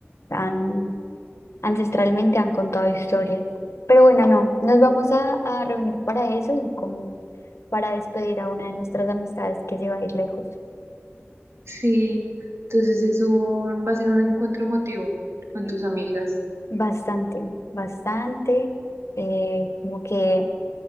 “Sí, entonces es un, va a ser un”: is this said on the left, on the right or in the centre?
Right